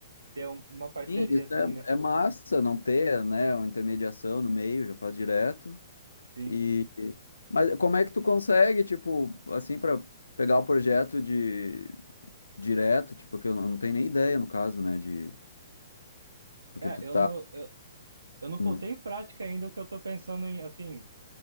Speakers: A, on the right; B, on the left.
A: ter um- uma parceria
B: Sim, isso
A: assim,
B: é,
A: né?
B: é massa, não ter, né, uma intermediação no meio, já faz direto.
A: Sim.
B: E, mas como é que tu consegue, tipo, assim, para pegar o projeto de direto, tipo, que eu não, não tenho nem ideia no caso, né, de porque
A: É,
B: tu tá.
A: eu não, eu, eu não botei
B: Hum,
A: em prática ainda o que eu tô pensando em, assim,